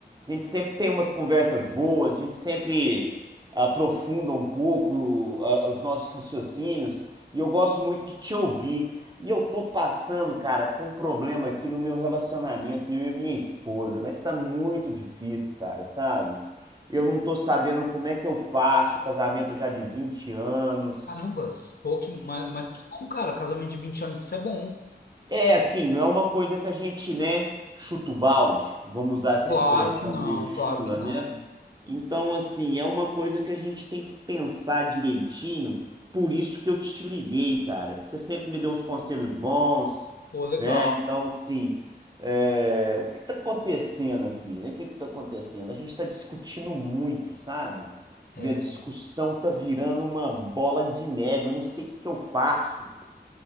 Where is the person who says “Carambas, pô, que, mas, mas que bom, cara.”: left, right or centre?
Left